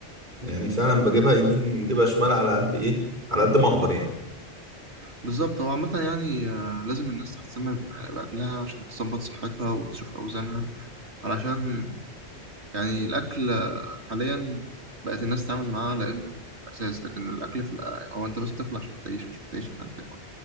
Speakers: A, on the right; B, on the right.
A: يعني فعلا بجيبها يمين بجيبها شمال على قد ايه على قد ما اقدر يعني
B: بالظبط هو عامة يعني آه، لازم الناس تهتم بأكلها عشان تظبط صحتها وتشوف أوزانها علشان يعني الأكل آه، حاليا بقت الناس تتعامل معاه لأنه أساس لكن الأكل في الأ- هو أنت بس بتاكل عشان تعيش مش بتعيش عشان تاكل